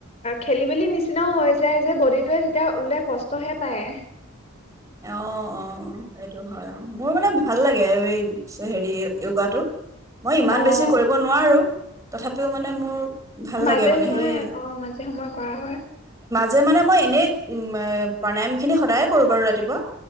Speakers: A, on the left (about 30°); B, on the right (about 15°).
A: খেলিমেলি নিচিনাও হৈ যায় যে, বডিটোৱে তেতিয়া ওলোতাই কষ্টহে পায়।
B: অহ, অহ, অহ, সেইটো হয়। অহ, মোৰ মানে ভাল লাগে এই হেৰি যোগাটো। মই ইমান
A: অ
B: বেছি কৰিব নোৱাৰো। তথাপিও মানে মোৰ ভাল
A: মাজে
B: লাগে মানে
A: সময়ে
B: সেই,
A: অহ, মাজে সময়ে কৰা হয়।
B: জে মানে মই এনেই উম, ম প্ৰাণায়ামখিনি সদায়ে কৰো বাৰু, ৰাতিপ পুৱা।